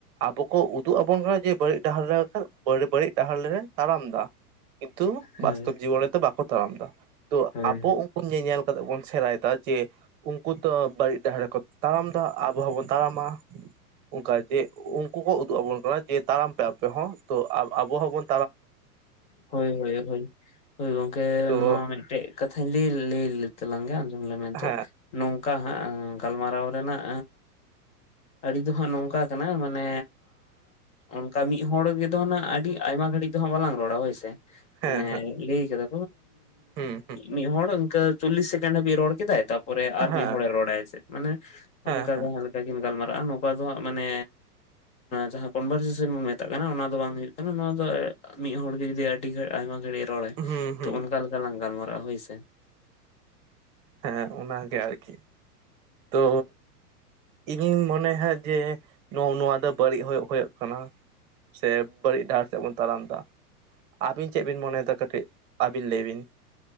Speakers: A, on the right; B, on the left.
A: ᱟᱵᱚ ᱠᱚ ᱩᱫᱩᱜ ᱟᱵᱚᱱ ᱠᱟᱱᱟ ᱡᱮ ᱵᱟᱹᱲᱤᱡ ᱰᱟᱦᱟᱨ ᱨᱮᱞᱮ ᱵᱟᱹᱲᱤᱡ ᱰᱟᱦᱟᱨ ᱨᱮᱞᱮ ᱛᱟᱲᱟᱢ ᱫᱟ᱾ ᱠᱤᱱᱛᱩ
B: ᱦᱳᱭ
A: ᱵᱟᱥᱛᱚᱵ ᱡᱤᱵᱚᱱ ᱨᱮᱫᱚ ᱵᱟᱠᱚ ᱛᱟᱲᱟᱢ ᱫᱟ, ᱛᱚ
B: ᱦᱳᱭ
A: ᱟᱵᱚ ᱩᱱᱠᱩ ᱧᱮᱧᱮᱞ ᱠᱟᱛᱮᱜ ᱵᱚᱱ ᱥᱮᱲᱟᱭᱮᱫᱟ᱾ ᱡᱮ ᱩᱱᱠᱩ ᱛᱚ ᱵᱟᱹᱲᱤᱡ ᱰᱟᱦᱟᱨ ᱨᱮᱠᱚ ᱛᱟᱲᱟᱢ ᱫᱟ ᱟᱵᱚ ᱦᱚᱸ ᱵᱚᱱ ᱛᱟᱲᱟᱢᱟ᱾ ᱚᱱᱠᱟ ᱡᱮ ᱩᱱᱠᱩ ᱠᱚ ᱩᱫᱩᱜ ᱟᱵᱚᱱ ᱠᱟᱱᱟ ᱡᱮ ᱛᱟᱲᱟᱢ ᱯᱮ ᱟᱯᱮ ᱦᱚᱸ ᱛᱚ ᱟᱵᱚ ᱦᱚᱸ ᱵᱚᱱ,
B: ᱦᱳᱭ ᱦᱳᱭ ᱦᱳᱭ ᱜᱚᱢᱠᱮ
A: ᱛᱚ
B: ᱱᱚᱣᱟ ᱢᱤᱫᱴᱮᱡ ᱠᱟᱛᱷᱟᱧ ᱞᱟᱹᱭ ᱞᱟᱹᱭ ᱞᱮ ᱛᱟᱞᱟᱝ ᱜᱮ ᱟᱡᱚᱢ ᱞᱮ ᱢᱮᱱᱛᱮ,
A: ᱦᱮᱸ
B: ᱱᱚᱝᱠᱟ ᱦᱟᱸᱜ ᱜᱟᱞᱢᱟᱨᱟᱣ ᱨᱮᱱᱟᱜ ᱟᱹᱨᱤ ᱫᱚ ᱦᱟᱸᱜ ᱱᱚᱝᱠᱟ ᱠᱟᱱᱟ ᱢᱟᱱᱮ ᱚᱱᱠᱟ ᱢᱤᱫ ᱦᱚᱲ ᱜᱮ ᱛᱚ ᱚᱱᱟ ᱟᱹᱰᱤ ᱟᱭᱢᱟ ᱜᱷᱟᱹᱲᱤᱡ ᱫᱚ ᱦᱟᱸᱜ ᱵᱟᱞᱟᱝ ᱨᱚᱲᱟ ᱦᱳᱭᱥᱮ
A: ᱦᱮᱸ
B: ᱢᱟᱱᱮ
A: ᱦᱮᱸ
B: ᱞᱟᱹᱭ ᱠᱟᱫᱟ᱾
A: ᱦᱩᱸ ᱦᱩᱸ
B: ᱢᱤᱫ ᱦᱚᱲ ᱤᱱᱠᱟᱹ ᱪᱚᱞᱞᱤᱥ ᱥᱮᱠᱮᱱᱰ ᱦᱟᱹᱵᱤᱡ ᱨᱚᱲ ᱠᱮᱫᱟᱭ ᱛᱟᱨᱯᱚᱨ ᱟᱨ
A: ᱦᱮᱸ
B: ᱢᱤᱫ ᱦᱚᱲᱮ ᱨᱚᱲᱟᱭ ᱪᱮ ᱢᱟᱱᱮ
A: ᱦᱮᱸ
B: ᱚᱱᱠᱟ
A: ᱦᱮᱸ
B: ᱡᱟᱦᱟᱸ ᱞᱮᱠᱟ ᱠᱤᱱ ᱜᱟᱞᱢᱟᱨᱟᱜᱼᱟ ᱱᱚᱝᱠᱟ ᱫᱚ ᱦᱟᱸᱜ ᱢᱟᱱᱮ ᱡᱟᱦᱟᱸ ᱠᱚᱱᱵᱷᱟᱨᱡᱮᱥᱚᱱ ᱵᱚᱱ ᱢᱮᱛᱟᱜ ᱠᱟᱱᱟ ᱚᱱᱟ ᱫᱚ ᱵᱟᱝ ᱦᱩᱭᱩᱜ ᱠᱟᱱᱟ ᱱᱚᱣᱟ ᱫᱚ ᱢᱤᱫ ᱦᱚᱲᱜᱮ ᱡᱩᱫᱤ ᱟᱹᱰᱤ ᱜᱷᱟᱹᱲᱤ ᱟᱭᱢᱟ ᱜᱷᱟᱹᱲᱤᱡ ᱨᱚᱲᱟᱭ
A: ᱦᱩᱸ ᱦᱩᱸ
B: ᱛᱚ ᱚᱱᱠᱟ ᱞᱮᱠᱟ ᱞᱟᱝ ᱜᱟᱞᱢᱟᱨᱟᱜᱼᱟ ᱦᱳᱭᱥᱮ᱾
A: ᱦᱮᱸ ᱚᱱᱟᱜᱮ ᱟᱨᱠᱤ <inaudible> ᱛᱚ ᱤᱧᱤᱧ ᱢᱚᱱᱮᱦᱟ ᱡᱮ ᱱᱚᱜ-ᱚ ᱱᱚᱣᱟ ᱫᱚ ᱵᱟᱹᱲᱤᱡ ᱦᱳᱭᱳᱜ ᱠᱟᱱᱟ᱾ ᱥᱮ ᱵᱟᱹᱲᱤᱡ ᱰᱟᱦᱟᱨ ᱛᱮᱵᱚᱱ ᱛᱟᱲᱟᱢ ᱫᱟ᱾ ᱟᱹᱵᱤᱱ ᱪᱮᱫ ᱵᱤᱱ ᱢᱚᱱᱮᱭᱮᱫᱟ ᱠᱟᱹᱴᱤᱡ ᱟᱹᱵᱤᱱ ᱞᱟᱹᱭ ᱵᱤᱱ᱾